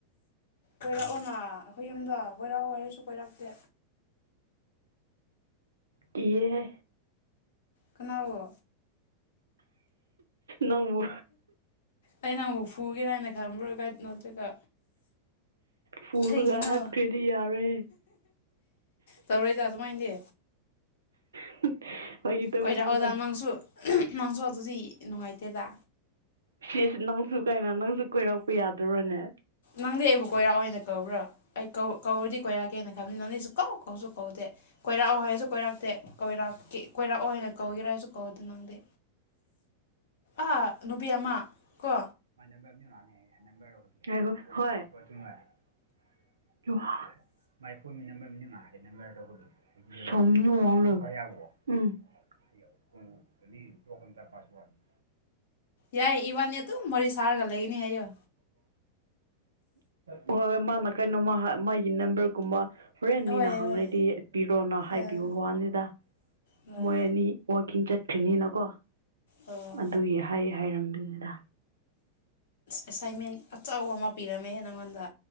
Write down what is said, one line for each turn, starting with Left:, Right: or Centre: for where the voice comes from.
Left: ꯀꯣꯏꯔꯛꯑꯣꯅ ꯑꯩꯈꯣꯏ ꯌꯨꯝꯗ ꯀꯣꯏꯔꯛꯑꯣ ꯍꯥꯏꯔꯁꯨ ꯀꯣꯏꯔꯛꯇꯦ
Right: ꯀ ꯍꯥꯏꯦ
Left: ꯀꯅꯥꯋꯣ
Right: ꯅꯪꯕꯨ
Left: ꯑꯩꯅ ꯑꯃꯨꯛ ꯐꯨꯒꯦꯔ ꯍꯥꯏꯅ ꯈꯟꯕ꯭ꯔ ꯀꯥꯏ ꯅꯠꯇ꯭ꯔꯒ
Right: ꯐꯨꯔꯒ
Left: ꯏꯩꯒꯤꯅꯣ
Right: ꯍꯥꯠꯈ꯭ꯔꯗꯤ ꯌꯥꯔꯣꯏꯍꯦ
Left: ꯇꯧꯔꯛꯏꯗ ꯑꯗꯨꯃꯥꯏꯅꯗꯤ
Right: <unintelligible> ꯐꯥꯒꯤ ꯇꯧꯕꯅꯤꯗ
Left: ꯀꯣꯏꯔꯛꯑꯣꯗ ꯅꯪꯁꯨ ꯅꯪꯁꯨ ꯑꯗꯨꯗꯤ ꯅꯨꯡꯉꯥꯏꯇꯦꯗ
Right: ꯁꯤꯁ ꯅꯪꯁꯨ ꯀꯥꯏꯅ ꯅꯪꯁꯨ ꯀꯣꯏꯔꯛꯄ ꯌꯥꯗꯔꯣꯅꯦ
Left: ꯅꯪꯗꯤ ꯑꯩꯕꯨ ꯀꯣꯏꯔꯥꯛꯑꯣꯏꯅ ꯀꯧꯕ꯭ꯔꯥ ꯑꯩꯧ ꯀꯧꯔꯗꯤ ꯀꯣꯏꯔꯛꯀꯦꯅ ꯈꯕ ꯅꯪꯅꯁꯨ ꯀꯧ ꯀꯧꯁꯨ ꯀꯧꯗꯦ ꯀꯣꯏꯔꯥꯛꯑꯣ ꯍꯥꯏꯁꯨ ꯀꯣꯏꯔꯥꯛꯇꯦ ꯀꯣꯏꯔꯥꯛꯦ ꯀꯣꯏꯔꯥꯛꯑꯣ ꯍꯥꯏꯅ ꯀꯧꯒꯔꯥ ꯍꯥꯏꯁꯨ ꯀꯧꯗꯦ ꯅꯪꯗꯤ
Right: <unintelligible>
Left: ꯑꯥ ꯅꯨꯄꯤ ꯑꯃ ꯀꯣ
Right: ꯅꯔꯣꯏ ꯃꯥꯏ ꯐꯣꯟꯃꯤꯝꯕꯔ ꯁ ꯑꯣ ꯑꯃ ꯂ ꯎꯝ ꯂꯣꯈꯟꯗ ꯄꯥꯁꯋꯥꯔ
Left: ꯌꯥꯏ ꯏꯕꯅꯤ ꯑꯗꯨ ꯃꯔꯤ ꯁꯥꯔꯒ ꯂꯩꯒꯅꯤ ꯍꯥꯏꯌꯣ
Right: ꯍꯣꯏ ꯍꯣꯏ ꯃꯥꯅ ꯀꯩꯅꯣ ꯃꯥ ꯃꯥꯒꯤ ꯅꯝꯕꯔꯒꯨꯝꯕ ꯍꯣꯔꯦꯟ ꯃꯤꯅ
Left: ꯍꯣꯏ
Right: ꯍꯪꯅꯗꯤꯄꯤꯔꯣꯅ
Left: ꯍꯣꯏ
Right: ꯍꯥꯏꯕꯤꯌꯨ
Left: ꯑꯥ
Right: ꯋꯥꯕꯥꯅꯤꯗ
Left: ꯍꯣꯏ
Right: ꯃꯣꯏ ꯑꯅꯤ ꯋꯥꯋꯥꯛꯀꯤꯡ ꯆꯠꯈ꯭ꯅꯤꯅ ꯀꯣ
Left: ꯑꯣ
Right: ꯑꯗꯨꯒꯤ ꯍꯥꯏ ꯍꯥꯏꯔꯝꯗꯅꯤꯗ
Left: ꯑꯦꯁꯥꯏꯟꯃꯦꯟ ꯑꯆꯕ ꯑꯃ ꯄꯤꯔꯝꯃꯦ ꯅꯪꯉꯣꯟꯗ